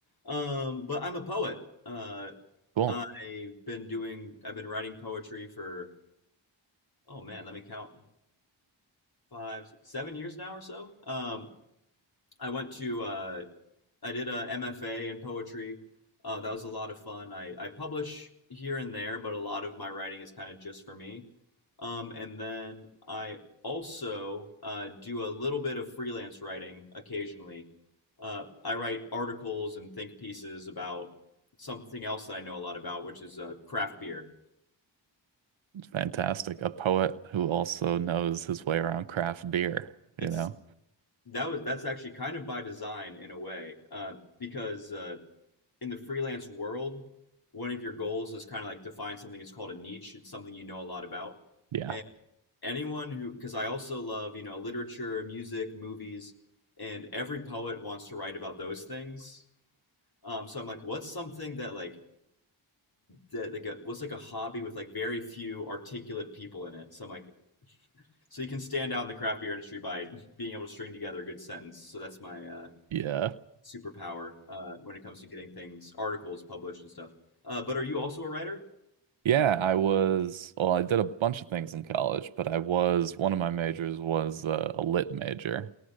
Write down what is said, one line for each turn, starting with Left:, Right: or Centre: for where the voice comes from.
Left: Um, but I'm a poet. Uh,
Right: Cool.
Left: I've been doing, I've been writing poetry for, oh man, let me count, five, six- seven years now or so. Um, I went to uh, I did a MFA in poetry. Uh, that was a lot of fun. I, I publish here and there, but a lot of my writing is kind of just for me. Um, and then I also uh, do a little bit of freelance writing occasionally. Uh, I write articles and think pieces about something else that I know a lot about, which is uh, craft beer.
Right: Fantastic. A poet who also knows his way around craft beer,
Left: It's
Right: you know?
Left: that was that's actually kind of by design in a way uh, because uh, in the freelance world, one of your goals is kind of like to find something. It's called a niche. It's something you know a lot about.
Right: Yeah.
Left: And anyone who, because I also love, you know, literature, music, movies, and every poet wants to write about those things. Um, so I'm like, what's something that like that like a, what's like a hobby with like very few articulate people in it? So I'm like, so you can stand out in the craft beer industry by being able to string together a good sentence. So that's my uh,
Right: Yeah.
Left: superpower uh, when it comes to getting things, articles published and stuff. Uh, but are you also a writer?
Right: Yeah, I was, well, I did a bunch of things in college, but I was, one of my majors was uh, a lit major,